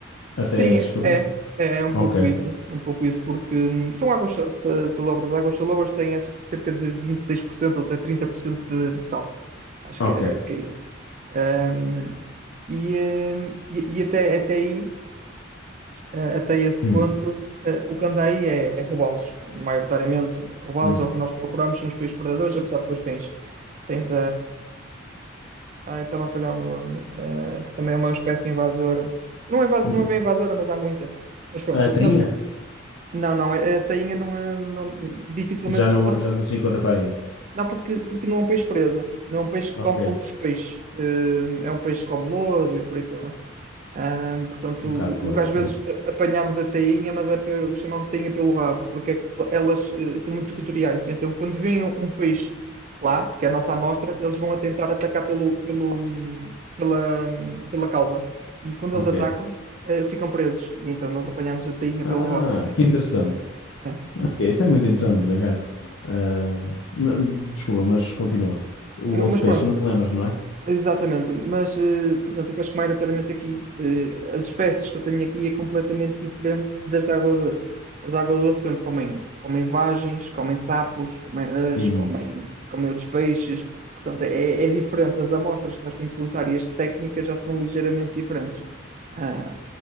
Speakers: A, on the right; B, on the left.
A: Sim,
B: até costuma.
A: é. É é um
B: Ok,
A: pouco isso. É um pouco isso, porque hum, são águas sa- sa- salobras. As Águas salobras têm acho que cerca de 26% ou até 30% de, de sal. Acho
B: ok.
A: que é, que é isso. Hum, e, hum, e- e até, até aí, eh, até esse
B: Hum,
A: ponto, eh, o que anda aí é, é roubá-los. Maioritariamente, roubá-los
B: hum.
A: é o que nós procuramos nos países predadores, apesar que depois tens, tens Ai, está a falhar o nome, eh, que também é uma espécie invasora. Não é, invas-
B: Hum.
A: não é bem invasora, mas há muita. Mas pronto,
B: A
A: o
B: tainha?
A: que nós. Não, não, a tainha não é. Não, dificilmente.
B: Já
A: tu-
B: não,
A: quando-
B: já não se encontra para aí.
A: Não, porque, porque não é um peixe presa. Não é um peixe que
B: Ok.
A: come outros peixes. Eh, É um peixe que come lodo e por aí fora. Ahm, portanto,
B: Um bocado
A: o,
B: de porco.
A: o que às vezes
B: é.
A: a- apanhamos a tainha, mas é pelo, chamamos tainha pelo rabo, porque é que elas eh, são muito territoriais. Então, quando vem um, um peixe lá, que é a nossa amostra, eles vão a tentar atacar pelo, pelo, hum, pela, hum, pela cauda. E quando
B: Ok.
A: eles atacam, eh, ficam presos. E então nós apanhamos a tainha
B: Ah,
A: pelo rabo.
B: que interessante.
A: É.
B: Ok, isso é muito interessante, por acaso. Ah, ma- desculpa, mas continua. O outro
A: Ma- Mas
B: peixe,
A: pronto,
B: não te lembras, não é?
A: Exatamente, mas eh, portanto, o casco-maio notoriamente aqui, eh, as espécies que eu tenho aqui é completamente diferente das águas doce As águas doce por exemplo, comem, comem vagens, comem sapos, comem rãs,
B: Hum,
A: comem, comem outros peixes, portanto, é, é diferente. As amostras que nós temos de utilizar e as técnicas já são ligeiramente diferentes. Ah,